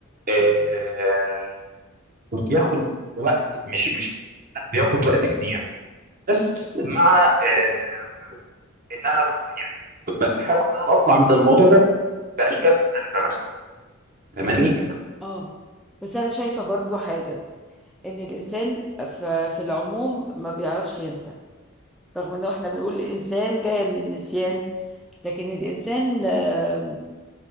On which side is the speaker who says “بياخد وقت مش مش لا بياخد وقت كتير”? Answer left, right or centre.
Right